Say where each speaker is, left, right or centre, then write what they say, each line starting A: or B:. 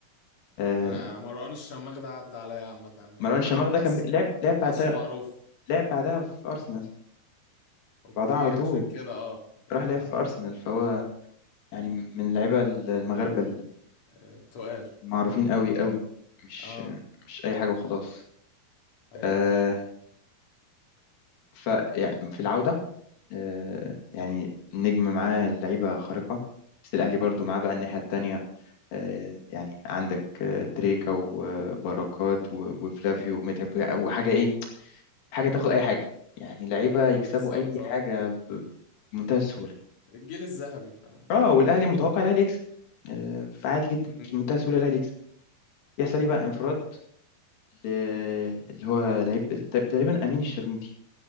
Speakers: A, on the left; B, on the left.
A: آه،
B: انا مروان الشماغ ده عدى عليا عامه يعني
A: مروان الشماخ
B: حاسس
A: ده كان بي- لعب لعب بعدها
B: حاسه معروف
A: لعب بعدها في أرسنال
B: اوكي
A: بعدها على طول
B: عشان كده اه يبقى
A: راح لعب في أرسنال فهو يعني من اللعيبة المغاربة
B: آه، تقال
A: المعروفين قوي قوي مش
B: اه
A: مش أي حاجة وخلاص
B: ايوه
A: آه،
B: فاهمك
A: ف يعني في العودة آه، يعني النجم معاه لعيبة خارقة بس الأهلي برضو معاه بقى الناحية التانية آه، يعني عندك آه، تريكا وبركات و- وفلافيو ومتعب وحاجة إيه حاجة تاخد أي حاجة يعني لعيبة يكسبوا
B: بالظبط
A: أي
B: اه
A: حاجة ب- بمنتهى السهولة
B: الجيل الذهبي فاهم
A: اه والأهلي متوقع الأهلي يكسب آه، فعادي جدا
B: مم،
A: بمنتهى السهولة الأهلي يكسب يحصل إيه بقى انفراد ل- اللي هو لعيب تقريبا أمين الشرميتي